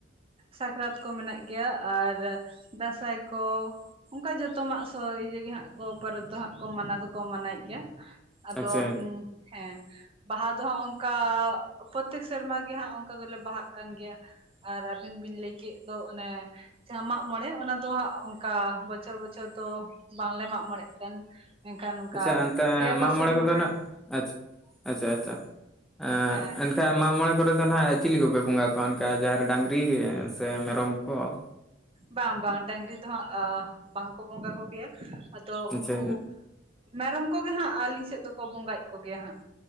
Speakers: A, on the right; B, in the centre.
A: ᱥᱟᱠᱨᱟᱛ ᱠᱚ ᱢᱮᱱᱟᱜ ᱜᱮᱭᱟ᱾ ᱟᱨ ᱫᱟᱸᱥᱟᱭ ᱠᱚ, ᱚᱱᱠᱟ ᱡᱚᱛᱚᱢᱟᱜ ᱤᱭᱟᱹ ᱜᱮ ᱦᱟᱸᱜ ᱠᱚ ᱯᱚᱨᱚᱵᱽ ᱫᱚ ᱦᱟᱸᱜ ᱠᱚ ᱢᱟᱱᱟᱣ ᱫᱚᱠᱚ ᱢᱟᱱᱟᱭᱮᱜ ᱜᱮᱭᱟ᱾ ᱟᱫᱚ
B: ᱟᱪᱪᱷᱟ
A: ᱦᱮᱸ ᱵᱟᱦᱟ ᱫᱚ ᱦᱟᱸᱜ ᱚᱝᱠᱟ ᱯᱨᱚᱛᱮᱠ ᱥᱮᱨᱢᱟ ᱜᱮ ᱦᱟᱸᱜ ᱚᱝᱠᱟ ᱫᱚᱞᱮ ᱵᱟᱦᱟᱜ ᱠᱟᱱ ᱜᱮᱭᱟ᱾ ᱟᱨ ᱟᱹᱵᱤᱱ ᱵᱤᱱ ᱞᱟᱹᱭ ᱠᱮᱜ ᱫᱚ ᱚᱱᱮ ᱡᱟᱦᱟᱸ ᱢᱟᱜ ᱢᱚᱬᱮ ᱚᱱᱟ ᱫᱚ ᱦᱟᱸᱜ ᱚᱝᱠᱟ ᱵᱚᱪᱷᱚᱨ ᱵᱚᱪᱷᱚᱨ ᱫᱚ ᱵᱟᱝᱞᱮ ᱢᱟᱜ ᱢᱚᱬᱮᱜ ᱠᱟᱱ᱾ ᱢᱮᱱᱠᱷᱟᱱ ᱱᱚᱝᱠᱟ
B: ᱟᱪᱪᱷᱟ ᱚᱱᱛᱮ
A: ᱯᱮ ᱵᱚᱪᱷᱚᱨ
B: ᱢᱟᱜ-ᱢᱚᱬᱮ ᱠᱚᱫᱚ
A: ᱢᱚᱬᱮ
B: ᱱᱟᱜ ᱟᱪ-ᱟᱪᱪᱷᱟ ᱟᱪᱪᱷᱟ᱾ <unintelligible>
A: ᱦᱮᱸ
B: ᱮᱱᱠᱷᱟᱱ ᱢᱟᱜᱽ ᱢᱚᱬᱮ ᱠᱚᱨᱮ ᱫᱚ ᱱᱟᱦᱟᱜ ᱪᱤᱞᱤ ᱠᱚᱯᱮ ᱵᱚᱸᱜᱟ ᱠᱚᱣᱟ ᱚᱱᱠᱟ ᱡᱟᱦᱮᱨ ᱰᱟᱝᱨᱤ ᱥᱮ ᱢᱮᱨᱚᱢ ᱠᱚ ᱾
A: ᱵᱟᱝ ᱵᱟᱝ ᱰᱟᱝᱨᱤ ᱫᱚ ᱦᱟᱸᱜ ᱵᱟᱝᱠᱚ ᱵᱚᱸᱜᱟ ᱠᱚᱜᱮᱭᱟ ᱾ ᱟᱫᱚ
B: ᱟᱪᱪᱷᱟ
A: ᱩᱱᱠᱩ ᱢᱮᱨᱚᱢ ᱠᱚᱜᱮ ᱦᱟᱸᱜ ᱟᱹᱞᱤᱧ ᱥᱮᱜ ᱫᱚᱠᱚ ᱵᱚᱸᱜᱟᱭᱮᱜ ᱠᱚᱜᱮᱭᱟ ᱦᱟᱸᱜ